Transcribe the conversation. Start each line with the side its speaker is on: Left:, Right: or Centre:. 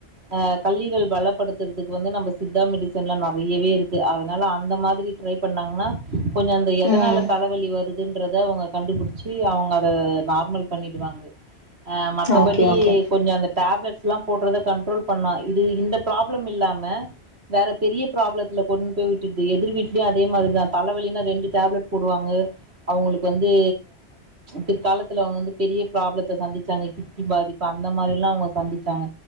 Right: அ கல்லீரல் பலப்படுத்துறதுக்கு வந்து நம்ம சித்தா மெடி சன்ல நறையவே இருக்கு அதனால அந்த மாதிரி ட்ரை பண்ணாங்னா கொஞ்ச அந்த எதனால
Left: ம்.
Right: தலவலி வருது ன்றத அவங்க கண்டுபிடிச்சி அவங்க அத நார்மல் பண்ணிடுவாங்க ஆ மத்தப
Left: ஓகே,
Right: டி
Left: ஓகே.
Right: கொஞ்ச அந்த டேப்லெட்ஸ்லா போடறத கண்ட்ரோல் பண்ணா இது இந்த ப்ராப்ளம் இல்லாம வேற பெரிய பராப்ளத்துல கொண்டு போய் விட்டுருது எதிர் வீட்லயு அதே மாதிரி தா தல வலினு ரெண்டு டேப்லட் போடுவாங்க அவுங்களுக்கு வந்து பிற்காலத்துல அவுங்க வந்து பெரிய பிராப்ளத்த சந்திச்சாங்க பாதிப்பு அந்த மாதிரிலா அவங்க சந்திச்சாங்க